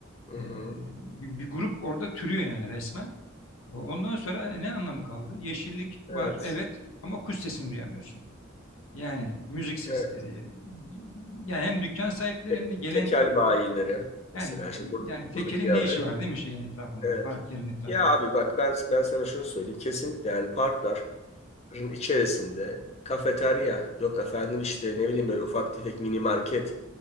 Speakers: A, on the left; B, on the left.
A: Hı
B: E,
A: hı.
B: bir, bir grup orada türüyor yani resmen. O- Ondan sonra ne anlamı kaldı? Yeşillik
A: Evet.
B: var evet ama kuş sesini duyamıyorsun. Yani müzik sesleri
A: Evet.
B: yani hem dükkan sahipleri
A: Kek,
B: hem de gelen
A: tekel bayileri mesela
B: yani
A: şimdi bur-
B: yani tekelin
A: buradaki yerde.
B: ne işi var değil mi şeyin etrafında
A: Evet.
B: park yerin etrafında.
A: Ya abi bak ben ben sana şunu söyleyeyim. Kesinlikle yani parkların içerisinde kafeterya yok efendim işte ne bileyim böyle ufak tefek mini market